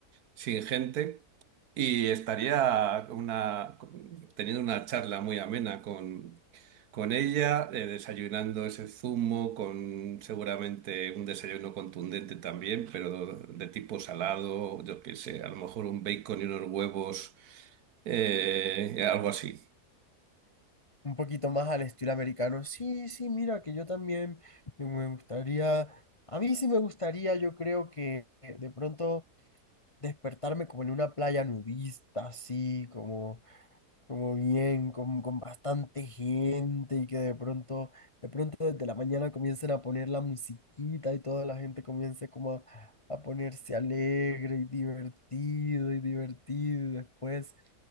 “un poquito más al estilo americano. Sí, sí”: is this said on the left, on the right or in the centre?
Left